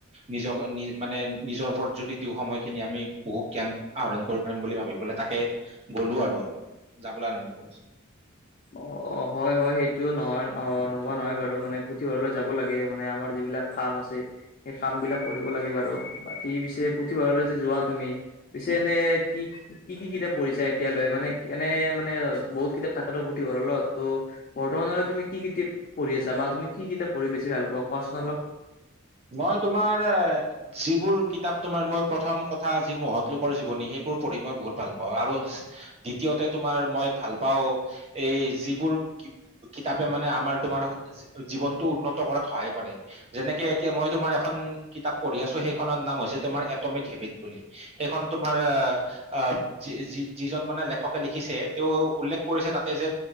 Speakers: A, on the right; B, on the left.
A: নিজক মানে নিজৰ ওপৰত যদি সময়খিনি আমি বহু জ্ঞান আহৰণ কৰি বুলি ভাবি পেললে তাকে গলো আৰু অলপ যাবলৈ আৰম্ভ কৰিছো।
B: অ', অ', হয় হয়। সেইটো নহয় অ নোহোৱা নহয় বাৰু, মানে পুথিভঁৰালৈ যাব লাগে মানে আমাৰ যিবিলাক কাম আছে সেই কাম বিলাক কৰিব লাগে বাৰু বাকী পিছে পুথিভঁৰালৈ যে যোৱা তুমি পিছে এনে কি- কি- কি কিতাপ পঢ়িছা এতিয়ালৈ মানে এনে মানে বহুত কিতাপ থাক ত পুথি ভঁৰালত তো। বৰ্তমানলৈ তুমি কি কিতাপ পঢ়ি আছা তুমি কি কিতাপ পঢ়ি বেছি ভাল পা কোৱাচোন অলপ।
A: মই তোমাৰ যিবোৰ কিতাপ তোমাৰ মই প্ৰথম কথা যি মহৎ লোকৰ জীৱনী সেইবোৰ পঢ়ি মই বহুত ভাল পাও আৰু দ্বিতীয়তে তোমাৰ মই ভাল পাও এই যিবোৰ কিতাপে মানে আমাৰ তোমাৰ জীৱনতটো উন্নত কৰাত সহায় কৰে যেনেকে এতিয়া মই তোমাৰ এখন কিতাপ পঢ়ি আছো। সেইখনৰ নাম হৈছে তোমাৰ এটমিক হেবিট বুলি। সেইখন তোমাৰ আহ আহ যি যি যিজন মানে লেখকে লিখিছে তেওঁ উল্লেখ কৰিছে তাতে যে